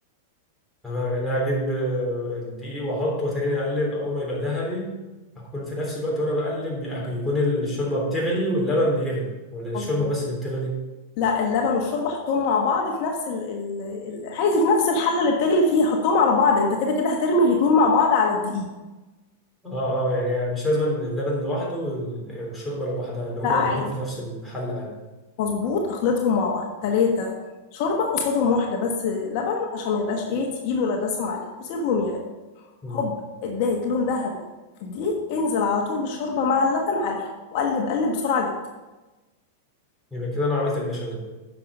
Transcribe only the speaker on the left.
مظبوط
لا اللبن والشوربه حطهم مع بعض في نفس ال ال ال- عادي في نفس الحله اللي بتغلي فيها حطهم على بعض انت كده كده هترمي الاتنين مع بعض على الدقيق
لا عادي
مظبوط اخلطهم مع بعض ثلاثه شوربه قصادهم واحده بس لبن عشان ما يبقاش ايه تقيل ولا دسم عليك وسيبهم يغلي
هوب اداك لون ذهبي في الدقيق انزل على طول بالشوربه مع اللبن عليها وقلب قلب بسرعه جدا